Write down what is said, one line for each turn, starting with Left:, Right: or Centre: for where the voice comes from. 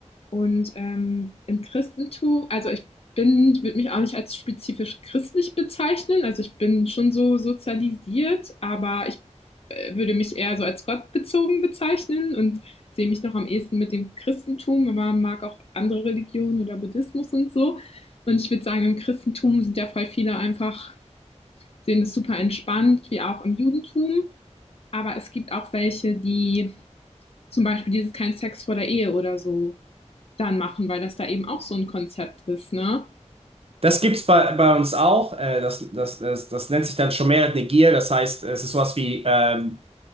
Left: und ähm, im Christentum, also ich bin, ich würde mich auch nicht als spezifisch christlich bezeichnen. Also ich bin schon so sozialisiert, aber ich äh, würde mich eher so als gottbezogen bezeichnen und sehe mich noch am ehesten mit dem Christentum, aber mag auch andere Religionen oder Buddhismus und so. Und ich würde sagen, im Christentum sind ja voll viele einfach, sehen es super entspannt, wie auch im Judentum. Aber es gibt auch welche, die zum Beispiel dieses kein Sex vor der Ehe oder so dann machen, weil das da eben auch so ein Konzept ist, ne?
Right: Das gibt's bei, bei uns auch. Äh, das, das, das, das nennt sich dann Schomeret Negir. Das heißt, es ist sowas wie ähm,